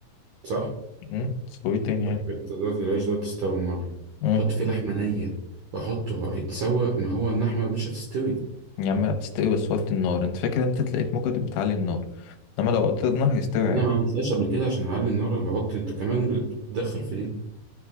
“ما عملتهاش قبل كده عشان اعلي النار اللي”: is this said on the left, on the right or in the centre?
Right